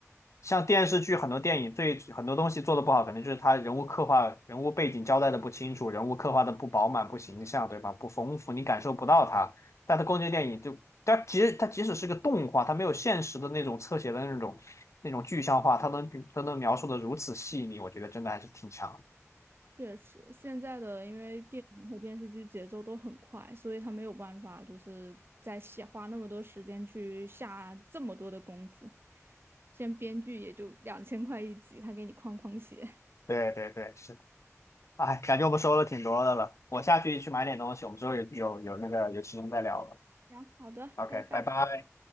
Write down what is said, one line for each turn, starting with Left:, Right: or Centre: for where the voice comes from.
Left: 像电视剧很多电影最很多东西做的不好，可能就是他人物刻画、人物背景交代的不清楚，人物刻画的不饱满、不形象，对吧？不丰富，你感受不到他。但他宫崎电影就，它即它即使是个动画，它没有现实的那种侧写的那种那种具象化，它能它能描述的如此细腻，我觉得真的还是挺强的
Right: 确实，现在的因为电影和电视剧节奏都很快，所以他没有办法就是再写花那么多时间去下这么多的功夫。现在编剧也就两千块一集，他给你框框写。
Left: 对对对对，是的。哎，感觉我们说了挺多的了，我下去去买点东西，我们之后有有有那个有时间再聊了。
Right: 行，好的，
Left: OK，
Right: 拜拜。
Left: 拜拜。